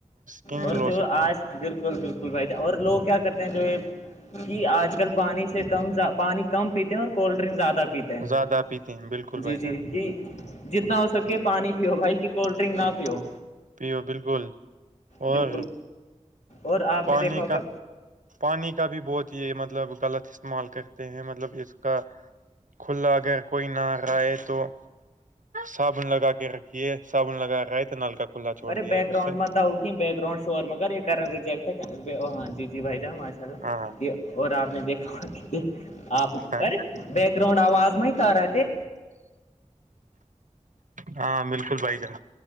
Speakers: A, on the right (about 85°); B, on the left (about 65°).
A: گ
B: اور جو آج بالکل بالکل بھائی ج اور لوگ کیا کرتے ہیں جو یہ کہ آج کل پانی سے کم پانی کم پیتے ہیں اور کولڈ ڈرنک زیادہ پیتے ہیں
A: زیادہ پیتے ہیں بالکل بھائی
B: جی جی
A: جان
B: کہ جتنا ہو سکے پانی پیو بھائی کہ کولڈ ڈرنک نہ پیو
A: پیو بالکل اور
B: بالکل اور آپ نے
A: پانی
B: دیکھا ہوگا
A: کا پانی کا بھی بہت یہ مطلب غلط استعمال کر ہیں مطلب اس کا کھلا اگر کوئی نہ کرائے تو صابن لگا کے رکھیے صابن لگا رہا ہے تو نل کا کھلا چھوڑ
B: ارے
A: دیا
B: بیک
A: ہے
B: گراؤنڈ
A: اس سے
B: میں داؤ کہ بیک گراؤن شور میں کر یہ کریں ریجیکٹ ہے ہاں جی جی بھائی جان نا
A: ہاں
B: یہ اور آپ نے دیکھا آپ
A: ہاں
B: ار بیک گراؤنڈ آواز میں ہی کھا رہے تھے
A: ہاں بالکل بھائی جان